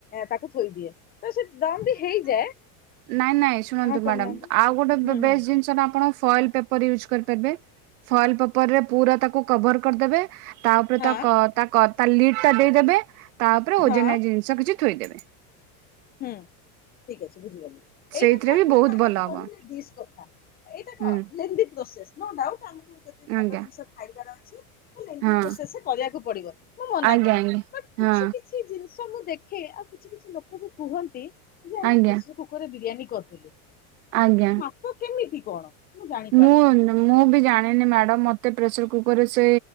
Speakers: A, on the left; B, on the right.
A: ତାକୁ ଥୋଇଦିଏ। ତ ସେ ଦମ୍ ବି ହେଇଯାଏ।
B: ନାଇଁ-ନାଇଁ ଶୁଣନ୍ତୁ
A: ହଁ କହୁନାହାନ୍ତି
B: ମ୍ୟାଡ଼ମ୍ ଆଉ ଗୋଟେ
A: ହୁଁ
B: ବେଷ୍ଟ
A: ହୁଁ
B: ଜିନିଷଟା ଆପଣ ଫଏଲ୍ ପେପ୍ ପର୍ ୟୁଜ୍ କରିପାରିବେ ଫଏଲ୍ ପେପର୍ ରେ ପୁରା ତାକୁ କଭର୍ କରିଦେବେ, ତାପରେ
A: ହଁ
B: ତା କ ତା କ ତା ଲିଡ୍ ଟା ଦେଇଦେବେ ତା ଓପରେ
A: ହଁ
B: ଓଜନିଆ ଜିନିଷ କିଛି ଥୋଇଦେବେ।
A: ହୁଁ ଠିକ୍ ଅଛି ବୁଝିଗଲି।
B: ସେଇଥିରେ
A: ଏଇଟା ତ ଆପଣ
B: ବି ବହୁତ
A: ମ୍ୟାଡମ୍
B: ଭଲ ହବ
A: କହିଲେ ଡିସ୍ କଥା, ଏଇଟା
B: ହୁଁ।
A: କଣ Lengthy process. ନୋ ଡାଉଟ୍ ଆମୁକୁ ଯଦି ଭଲ
B: ଆଜ୍ଞା
A: ଜିନିଷ ଖାଇବାର ଅଛି, ତ ଲେନ୍ଦି
B: ହଁ
A: ପ୍ରୋସେସ୍ ରେ କରିବାକୁ ପଡିବ ମୁଁ ମନା
B: ଆଜ୍ଞା
A: କରୁନି।
B: ଆଜ୍ଞା
A: ବଟ
B: ହଁ।
A: କିଛି କିଛି ଜିନିଷ ମୁଁ ଦେଖେ, ଆଉ କିଛି-କିଛି ଲୋକ ବି କୁହନ୍ତି
B: ଆଜ୍ଞା।
A: କୁକର୍ ରେ ବିରିୟାନୀ <unintelligible>
B: ଆଜ୍ଞା।
A: <unintelligible> କେମିତି କଣ? ମୁଁ ଜାଣିପାରେନି।
B: ମୁଁ-ମୁଁ ବି ଜାଣିନି ମ୍ୟାଡ଼ମ୍, ମତେ ପ୍ରେସର୍ କୁକର୍ ରେ ସେ